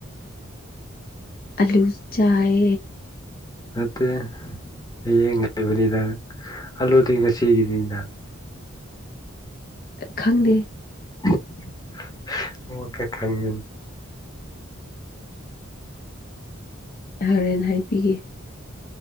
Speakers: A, on the left; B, on the left.
A: ꯑꯂꯨ ꯆꯥꯏ
B: ꯅꯠꯇꯦ ꯍꯌꯦꯡ ꯍꯥꯏꯕꯅꯤꯗ ꯑꯜꯂꯨꯗꯤ ꯉꯁꯤꯒꯤꯅꯤꯗꯅ
A: ꯈꯪꯗꯦ
B: <unintelligible> ꯈꯪꯃꯤꯟ
A: ꯍꯔꯦꯟ ꯍꯥꯏꯄꯤꯒꯦ